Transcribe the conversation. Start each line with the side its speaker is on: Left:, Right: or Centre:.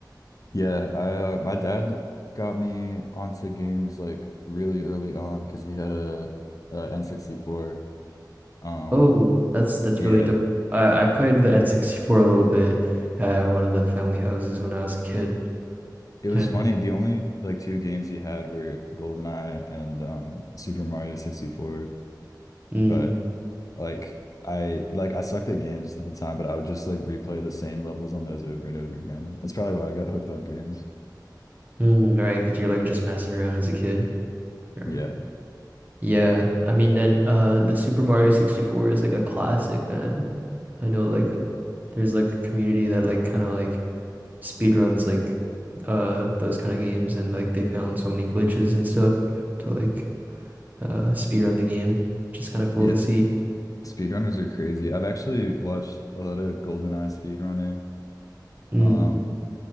Left: Yeah, I uh, my dad got me onto games like really early on because he had a, a N64. Um,
Right: Oh, that's that's
Left: yeah,
Right: really dope. I I played the N64 a little bit at one of the family houses when I was a kid.
Left: it was
Right: and
Left: funny. The only like two games he had were GoldenEye and um, Super Mario 64.
Right: Mm.
Left: But like I like I sucked at games at the time, but I would just like replay the same levels on those over and over again. That's probably why I got hooked on games.
Right: Mm, right, because you're like just messing around as a kid. Or-
Left: Yeah.
Right: Yeah, I mean, then uh, the Super Mario 64 is like a classic, and I know like there's like a community that like kind of like speed runs like uh those kind of games, and like they found so many glitches and stuff to like uh speed run the game, which is kind of cool
Left: Yeah,
Right: to see.
Left: speedrunners are crazy. I've actually watched a lot of GoldenEye speedrunner.
Right: Mm.
Left: Um,